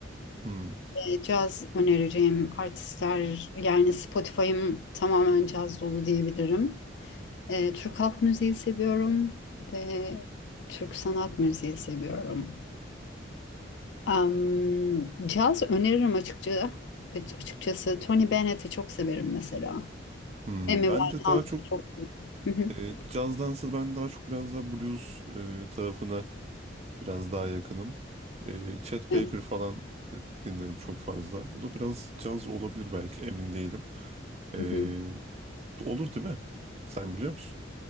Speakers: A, on the right (about 35°); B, on the left (about 65°).
A: Hmm.
B: E, caz önereceğim artistler yani Spotify'ım tamamen caz dolu diyebilirim. E, Türk halk müziği seviyorum ve Türk sanat müziği seviyorum. Am, caz öneririm açıkçası. Açıkçası Tony Bennett'i çok severim mesela.
A: Hmm.
B: Amy
A: Ben
B: Winehouse'u
A: de daha çok
B: çok severim.
A: e,
B: <laughs>
A: cazdansa ben daha çok biraz daha blues e, tarafına biraz daha yakınım. E, Chet
B: Evet.
A: Baker falan e, dinlerim çok fazla. O da biraz caz olabilir belki emin değilim. E,
B: <laughs>
A: olur değil mi? Sen biliyor musun?